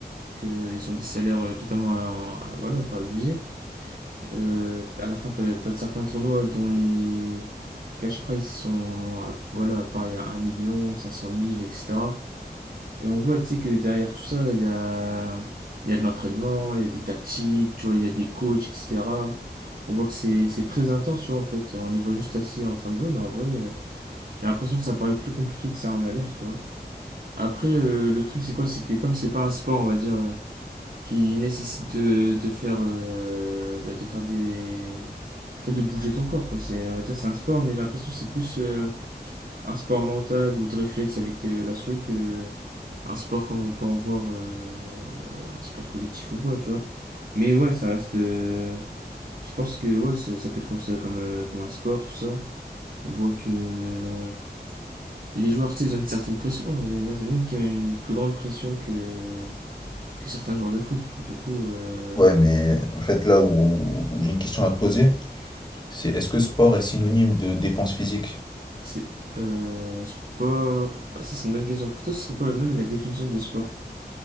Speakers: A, on the right; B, on the left.
A: qu'ils ont des salaires euh, totalement, euh, voilà, quoi, abusés. Euh, à la fin, tu as, certains tournois dont les cash price ils sont à, voilà, pareil à un million, 500 000, etc. Et cetera. Et on voit tu sais, que derrière tout ça, il y a, il y a de l'entraînement, il y a des tactiques, tu vois, il y a des coachs, etc. On voit que c'est c'est très intense, tu vois, en fait. On les voit juste assis en train de jouer, mais en vrai, euh, j'ai l'impression que ça paraît plus compliqué que ça en a l'air, tu vois. Après, euh, le truc, c'est quoi C'est que comme c'est pas un sport, on va dire, euh, qui nécessite de, de faire, euh, bah, de faire des. En fait, de bouger ton corps, quoi. C'est, on va dire c'est un sport, mais j'ai l'impression que c'est plus euh, un sport mental ou de réflexe avec euh, la souris que un sport comme on peut en voir, euh, bah, un sport collectif ou quoi, tu vois. Mais ouais, ça reste. euh, je pense que ouais, ça, ça peut être considéré comme, euh, comme un sport, tout ça. On voit que euh, les joueurs, tu sais, ils ont une certaine pression. Il y en a même qui ont une plus grande pression que, que certains joueurs de foot. Du coup, euh,
B: Ouais, mais en fait, là où, où j'ai une question à te poser, c'est est-ce que sport est synonyme de dépense physique?
A: C'est- euh, sport. Ah, ça, c'est une bonne question. Pour toi, ce serait quoi même la définition de sport?